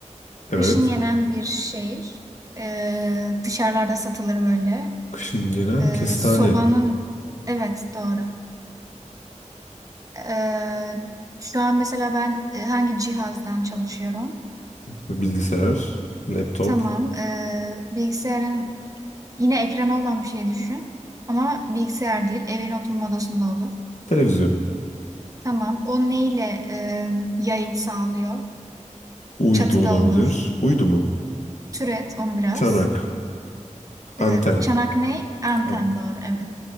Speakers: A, on the left; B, on the right.
A: Evet.
B: Kışın yenen bir şey. E, dışarılarda satılır böyle.
A: Kışın gelen
B: E,
A: kestane.
B: sobanın evet doğru. E, şu an mesela ben e, hangi cihazdan çalışıyorum?
A: Bilgisayar, laptop,
B: Tamam. eee, bilgisayarın Yine ekrana olan bir şey düşün. Ama bilgisayar değil, evin oturma odasında olur.
A: televizyon.
B: Tamam. O neyle e, yayın sağlıyor?
A: Uydu
B: Çatıda
A: olabilir.
B: olur.
A: Uydu mu?
B: Türet onu biraz.
A: Çanak,
B: E,
A: anten,
B: çanak ney? Anten
A: an-
B: doğru, evet.